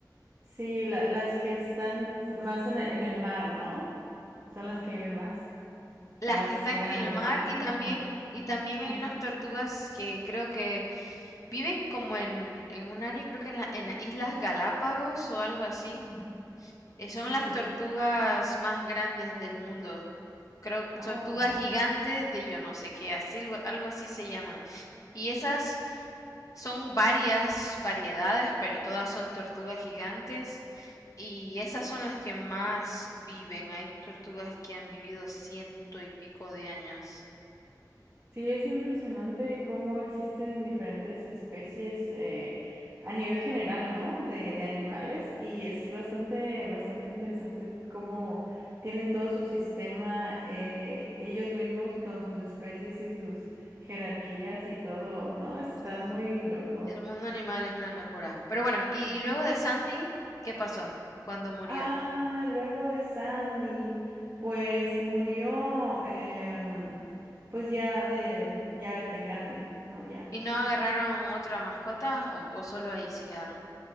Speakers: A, on the right; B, on the left.
A: sí, la- las que están más en el, en el mar, ¿no? Son las que viven más.
B: Las
A: Las
B: que están
A: grandes,
B: en el mar
A: ¿no?
B: y también,
A: Ajá.
B: y también
A: <laughs>
B: hay
A: Ah,
B: unas tortugas que creo que viven como en, en un área, creo que en la, en las Islas Galápagos o algo así.
A: ujú.
B: Eh,
A: Sí,
B: son las
A: sí.
B: tortugas más grandes del mundo. Creo
A: Oh,
B: tortugas
A: wow.
B: gigantes de yo no sé qué, así, algo así se llaman. Y esas son varias variedades, pero todas son tortugas gigantes. Y esas son las que más viven. Hay tortugas que han vivido ciento y pico de años.
A: Sí, es impresionante cómo existen diferentes especies eh, a nivel general, ¿no? De, de animales y es bastante, bastante interesante cómo tienen todo su sistema eh, ellos mismos con sus especies y sus jerarquías y todo, ¿no? Está
B: Sí.
A: muy loco.
B: El mundo animal es una locura. Pero bueno, y,
A: Sí.
B: y luego de Sandy, ¿qué pasó cuando murió?
A: Ah, luego de Sandy, pues murió, em, pues ya de, ya de grande, ¿no? Ya.
B: ¿Y no agarraron otra mascota o, o solo ahí se quedaron?